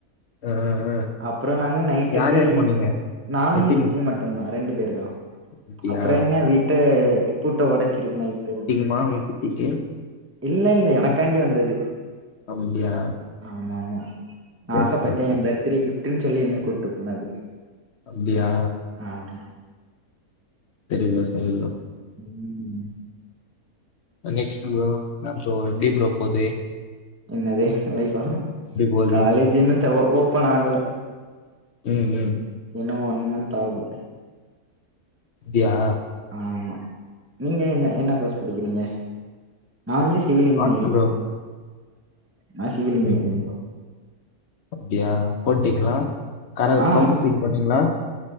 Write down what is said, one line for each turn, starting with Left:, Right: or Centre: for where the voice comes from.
Left: அஹ்
Right: அப்றோ நாங்க நைட்டு
Left: யார்
Right: போய்
Left: யார்
Right: வீ
Left: போனீங்க
Right: நானு
Left: எத்தனி
Right: எ சித்தியு மட் ட்டுந்தா ரெண்டு பேருதா
Left: அப்படியா
Right: அப்றோ என்ன வீட்ட பூட்ட ஒடச்சிருக்கனு நைட்டு இருந்து
Left: மா உ க்கு
Right: இல்ல இல்ல எனக்காண்டி வந்தது
Left: அப்படியா
Right: ஆமா ஆமா நா
Left: சரி
Right: ஆசைப்பட்டே
Left: சரி
Right: எ பர்த்டே ஃகிப்ட்டுன் சொல்லி என்னை கூட்டு போனாரு
Left: அப்படியா
Right: ஆமா
Left: டெடிபியர் ஸ்டைல்ல
Right: ம்
Left: ஆ நெக்ஸ்ட் ப்ரோ இன்னா ப்ரோ எப்டி ப்ரோ போது
Right: என்னது லைஃபா
Left: போகுது
Right: காலேஜே இன்னத்த ஓப்பன் ஆகல
Left: ம் ம்
Right: இன்னு ஒன் மந்த் ஆகு
Left: அப்டியா
Right: ஆமா நீங்க என்ன என்ன கோர்ஸ் படிக்கிறீங்க நா வந்து சிவில் இன்ஜினியரிங்
Left: ஆர்ட்ஸ் ப்ரோ
Right: நா சிவில் இன்ஜினியரிங்
Left: ம்
Right: ப்ரோ
Left: அப்டியா போட்டீங்ளா க
Right: ஆ
Left: கவுன்சிலிங் போட்டீங்களா